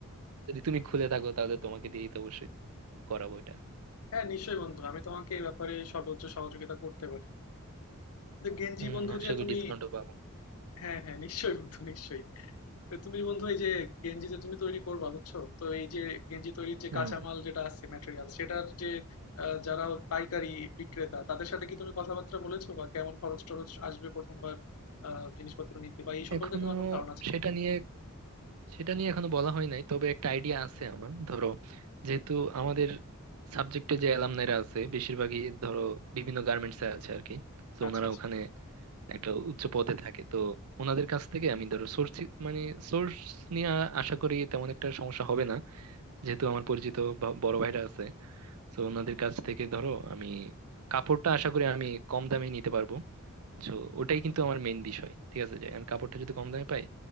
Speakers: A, on the right (about 80°); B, on the left (about 80°).
A: যদি তুমি খুলে থাকো তাহলে তোমাকে দিয়েই তো অবশ্যই করাবো এটা
B: হ্যাঁ নিশ্চয়ই বন্ধু আমি তোমাকে এই ব্যাপারে সর্বোচ্চ সহযোগিতা করতে পারি তো গেঞ্জি
A: হম
B: বন্ধু
A: আশা
B: যে
A: করি
B: তুমি
A: ডিসকাউন্টও পাবো
B: হ্যাঁ হ্যাঁ নিশ্চয়ই বন্ধু নিশ্চয়ই তো তুমি বন্ধু এই যে গেঞ্জি যে তুমি তৈরি করবা বুঝছো তো এই যে গেঞ্জি তৈরির যে
A: হুম
B: কাঁচামাল যেটা আছে ম্যাটেরিয়াল সেটার যে আহ, যারা পাইকারি বিক্রেতা তাদের সাথে কি তুমি কথাবার্তা বলেছো বা কেমন খরচ টরচ আসবে প্রথমবার আহ জিনিসপত্র নিতে বা এই সম্পর্কে
A: এখনো
B: তোমার কোনো ধারণা আছে
A: সেটা
B: কিনা
A: নিয়ে সেটা নিয়ে এখনো বলা হয় নাই তবে একটা আইডিয়া আছে আমার ধরো যেহেতু আমাদের সাবজেক্টে যে অ্যালামনাইরা আছে বেশিরভাগই ধরো বিভিন্ন গার্মেন্টস এ আছে আর কি তো
B: আচ্ছা
A: ওনারা
B: আচ্ছা
A: ওখানে একটা উচ্চ পদে থাকে তো ওনাদের কাছ থেকে আমি ধরো সোর্স মানে সোর্স নিয়ে আ- আশা করি তেমন একটা সমস্যা হবে না যেহেতু আমার পরিচিত বা- বড় ভাইরা আছে তো ওনাদের কাছ থেকে ধরো আমি কাপড়টা আশা করি আমি কম দামে নিতে পারবো তো ওটাই কিন্তু আমার মেইন বিষয় ঠিক আছে যে আমি কাপড়টা যদি কম দামে পাই